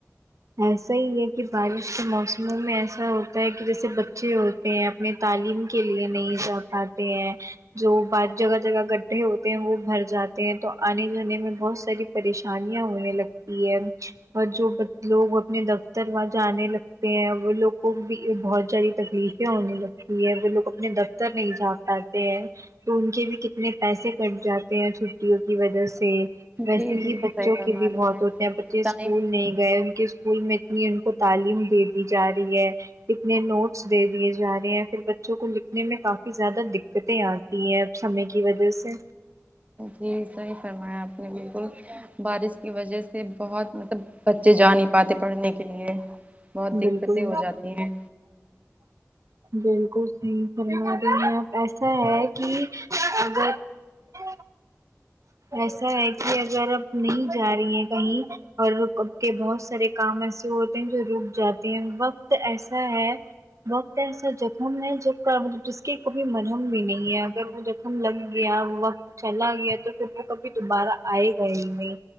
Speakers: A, on the right (about 75°); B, on the right (about 25°).
A: ایسا ہی ہے کہ بارش کے موسموں میں ایسا ہوتا ہے کی جیسے بچے ہوتے ہیں اپنی تعلیم کے لیے نہیں جا پاتے ہیں جو بات جگہ جگہ گڈھے ہوتے ہیں وہ بھر جاتے ہیں تو آنے جانے میں بہت ساری پریشانیاں ہونے لگتی ہے اور جو بچ لوگ اپنے دفتر وہاں جانے لگتے ہیں وہ لوگ کو بھی بہت زیادی تکلیفیں ہونے لگ وہ لوگ اپنے دفتر نہیں جا پاتے ہیں تو ان کے بھی کت نے پیسے کٹ جاتے ہیں چھٹیوں کی وجہ سے ویسے
B: جی جی
A: ہی بچوں
B: صحیح فرما
A: کی بھی
B: رہی
A: موت ہوتی ہیں بچے اسکول
B: ٹائم
A: نہیں گئے ان کے اسکول میں اتنی ان کو تعلیم دے دی جا رہی ہے کتنے نوٹس دے دیے جا رہے ہیں پھر بچ چوں کو لکھنے میں کافی زیادہ دقتیں آتی ہیں اب سمے کی وجہ سے
B: جی صحیح فرمایا آپ نے بالکل بارش کی وجہ سے بہت مطلب بچے جا نہیں پاتے پڑھنے کے لیے بہت دقتیں
A: بالکل
B: ہو جاتی ہیں
A: بالکل صحیح فرما رہی ہیں آپ ایسا ہے کی اگر ا ایسا ہے کی اگر آپ نہیں جا رہی ہیں کہیں اور کے بہت سارے کام ایسے ہوتے ہیں جو رک جاتے ہیں وقت ایسا ہے وقت ایسا جخم ہے جو جس کی کوبھی مرہم بھی نہیں ہے اگر وہ ہم لگ گیا وہ وقت چلا گیا تو پھر وہ کبھی دوبارہ آئے گا ہی نہیں